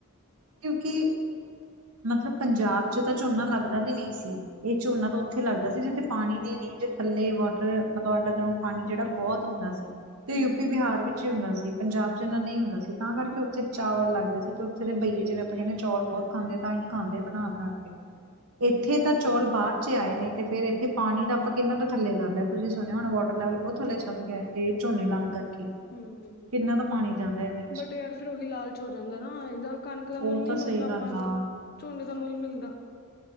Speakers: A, on the right (about 70°); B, on the left (about 45°).
A: ਕਿਉਂਕਿ, ਮਤਲਬ ਪੰਜਾਬ ਚ ਤਾਂ ਝੋਨਾ ਲੱਗ ਵੀ ਨਹੀਂ ਸੀ, ਇਹ ਝੋਨਾ ਤਾਂ ਉੱਥੇ ਲੱਗਦਾ ਸੀ ਜਿੱਥੇ ਪਾਣੀ ਦੀ ਰੇਂਜ ਥੱਲੇ ਵਾਟਰ ਮਤਲਬ ਅੰਡਰਗਰਾਉਂਡ ਪਾਣੀ ਜਿਹੜਾ ਬਹੁਤ ਹੁੰਦਾ ਸੀ, ਤੇ ਉਹ
B: ਹਮ
A: ਯੂਪੀ-ਬਿਹਾਰ ਵਿੱਚ ਹੀ ਹੁੰਦਾ ਸੀ। ਪੰਜਾਬ ਚ ਇੰਨਾ ਨਹੀਂ ਹੁੰਦਾ ਸੀ, ਤਾਂ ਕਰਕੇ ਉੱਥੇ ਚਾਵਲ ਲੱਗਦਾ ਸੀ, ਤੇ ਉੱਥੇ ਦੇ ਬਹੀਏ ਜਿਵੇਂ, ਆਪਾਂ ਕਹਿੰਦੇ ਚੌਲ ਬਹੁਤ ਖਾਂਦੇ ਤਾਂ ਅਸੀਂ ਖਾਂਦੇ ਬਣਾ- ਬਣਾ ਕੇ। ਇੱਥੇ ਤਾਂ ਚੌਲ
B: ਹਮ
A: ਬਾਅਦ ਚ ਆਏ ਨੇ। ਤੇ ਫੇਰ ਇੱਥੇ ਪਾਣੀ ਦਾ ਆਪਾਂ ਕਿੰਨਾ ਤਾਂ ਥਲੇ ਕਰ ਲਿਆ। ਤੁਸੀ ਸੁਣਿਆ ਹੁਣਾ ਵਾਟਰ ਲੈਵਲ ਬਹੁਤ ਥੱਲੇ ਚੱਲ ਗਿਆ ਹੈ। ਇਹ ਝੋਨੇ ਲਾ ਕਰਕੇ।
B: ਹੂੰ- ਹੂੰ- ਹੂੰ,
A: ਕਿੰਨਾ ਤਾਂ ਪਾਣੀ ਜਾਂਦਾ ਇਹਦੇ 'ਚ
B: ਬਟ ਯਾਰ ਫੇਿਰ ਉਹੀ ਲਾਲਚ ਹੋ ਜਾਂਦਾ ਨਾ ਇਹਦਾ ਕਣਕ ਕੱਣਕ ਦਾ
A: ਉਹ
B: ਮੁੱਲ ਨਹੀਂ
A: ਤਾਂ
B: ਮਿਲਦਾ
A: ਸਹੀ
B: ਆਪਾਂ
A: ਗੱਲ
B: ਨੂੰ,
A: ਆ
B: ਝੋਨੇ ਦਾ ਮੁੱਲ ਮਿਲਦਾ।